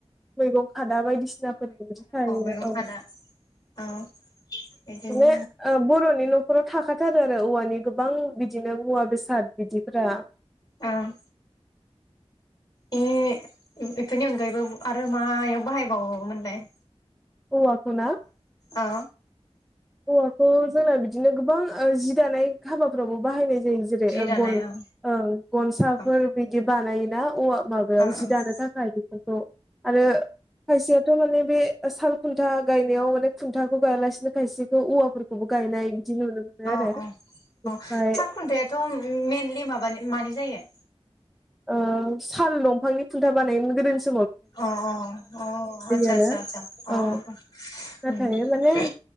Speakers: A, in the centre; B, on the left (about 35°).
A: नंगौ आदा बायदिसिनाफोरबो थायो
B: मैगं
A: औ
B: खादा औ बिदिनो
A: माने बरनि नखर नखराव थाखाथारो आरो औवानि गोबां बिदिनो मुवा बेसाद बिदिफोरा
B: ओं बे बेफोरनि अनगायैबो आरो मायाव बाहायबावोमोनलाय
A: औवाखौ ना
B: अ
A: औवाखौ जोंना बिदिनो गोबां जि दानाय हाबाफ्रावबो बाहायनाय जायो जेरै
B: जि दानाय
A: गन-गनसाफोर
B: औ औ
A: बिदि बानाय जायो ना औवा माबायाव
B: औ
A: जि दानो थाखाय बेफोरखौ आरो खायसेयाथ माने बे साल खुन्था गायनायाव माने खुन्थाखौ गायालासिनो खायसे थ औवाफोरखौबो गायनाय
B: अ
A: आरो
B: अ
A: बेनिफ्राय
B: अ सालखुन्थायाथ मइेनलि माबानि मानि जायो
A: औ साल दंफांनि खुनथा बानायोमोन गोदोनि सम
B: अ-अ-अ आतसा-आतसा-आसा
A: आरो औ
B: अ-अ-अ
A: नाथाय माने